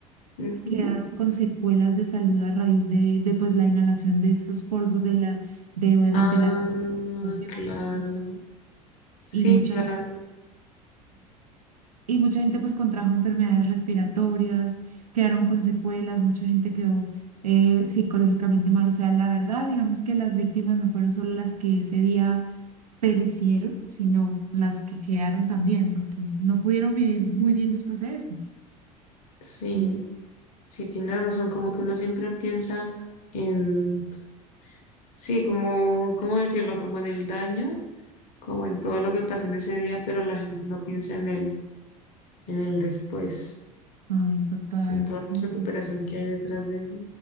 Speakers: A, on the left; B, on the right.
A: Ujú.
B: quedaron con secuelas de salud a raíz de, de pues la inhalación de esos polvos de la, de obviamente
A: Ah,
B: las explosiones
A: claro.
B: y todo,
A: Sí,
B: y mucha
A: claro.
B: gente, y mucha gente pues contrajo enfermedades respiratorias, quedaron con secuelas, mucha gente quedó eh, psicológicamente mal. O sea, la verdad, digamos que las víctimas no fueron solo las que ese día perecieron, sino las que quedaron también, porque no pudieron vivir muy bien después de eso.
A: Sí,
B: Entonces,
A: sí, tiene razón. Como que uno siempre piensa en, sí, como, ¿cómo decirlo? Como en el daño, como en todo lo que pasó en ese día, pero la gente no piensa en el, en el después.
B: ay, total.
A: en toda
B: No,
A: la recuperación que hay detrás de eso.